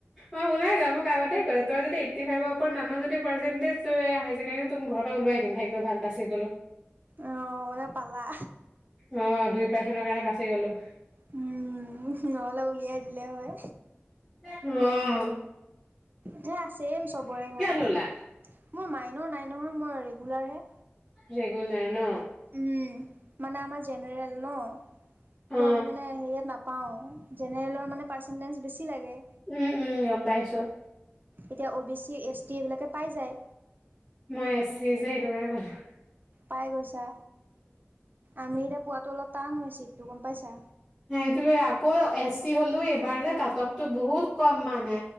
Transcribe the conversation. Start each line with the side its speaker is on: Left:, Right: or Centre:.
Centre: অ' ওলাই যাম। মোক আগতে তই যদি এইটি ফাইভৰ ওপৰত নান য পাৰ্চেনতীজ এই হাই ছেকেণ্ডাৰীত ঘৰ পৰা ওলাই দিম ভাগ্য ভাল বাছি গলো।
Right: আহ মানে পালা।
Centre: অ' দুই পাৰচেনৰ কাৰণে বাচি গলো।
Right: উম, নহ'লে উলিয়াই দিলে হয়।
Centre: উম
Right: হে ছেম চবৰে ঘৰত
Centre: ল'লা?
Right: মোৰ মাইনৰ নাই। নহয় মই ৰেগুলাৰ হে
Centre: ৰেগুলাৰ ন?
Right: উম মানে আমাৰ জেনেৰেল ন।
Centre: অ
Right: ত আমি মানে হে ইয়াত নাপাও জেনেৰেলৰ মানে পাৰ্চেন্টেজ বেছি লাগে
Centre: উম উম গম পাইছো।
Right: এতিয়া অ' বি চি এছ টি এইবিলাকে পাই যায়।
Centre: মই এছ চি যে সেইটো কাৰণে পালোঁ।
Right: পাই গৈছা। আমি এতিয়া পোৱাতো অলপ টান হৈছে চিট তো গম পাইছা।
Centre: সেইটোৱে আকৌ এচ চি হ'লেও এইবাৰ যে কাট অফ টো বহুত কম মানে